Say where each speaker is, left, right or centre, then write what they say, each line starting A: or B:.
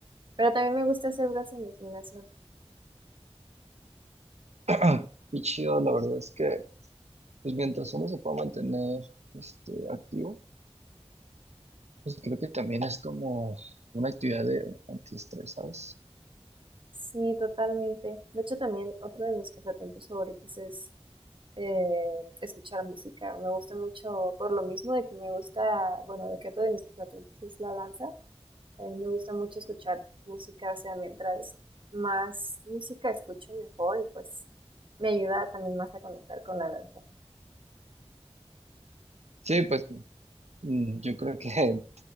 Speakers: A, on the right; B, on the right.
A: Pero también me gusta hacer brazos en el gimnasio.
B: <clears throat> Y chido, la verdad es que, pues mientras uno se pueda mantener este, activo, pues creo que también es como una actividad de antiestrés, ¿sabes?
A: Sí, totalmente. De hecho, también otro de mis pasatiempos favoritos es eh, escuchar música. Me gusta mucho, por lo mismo de que me gusta, bueno, de que otro de mis pasatiempos es la danza. A mí me gusta mucho escuchar música, o sea, mientras más música escucho mejor y pues me ayuda también más a conectar con la danza.
B: Sí, pues mm, yo creo que